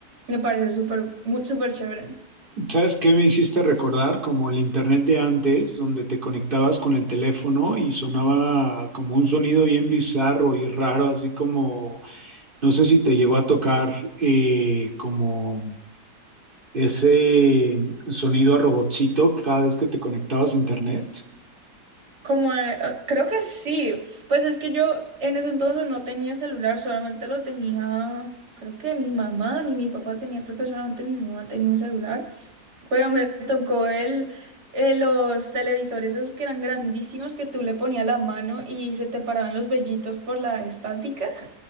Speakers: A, on the right; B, on the right.
A: Me parece súper, mu- súper chévere.
B: ¿Sabes qué me hiciste recordar? Como el internet de antes, donde te conectabas con el teléfono y sonaba como un sonido bien bizarro y raro, así como, no sé si te llegó a tocar eh, como ese sonido a robotcito cada vez que te conectabas a internet.
A: Como, eh, eh, creo que sí. Pues es que yo en ese entonces no tenía celular, solamente lo tenía, creo que mi mamá ni mi papá tenía, creo que solamente mi mamá tenía un celular. Pero me tocó el, eh, los televisores esos que eran grandísimos que tú le ponías la mano y se te paraban los vellitos por la estática.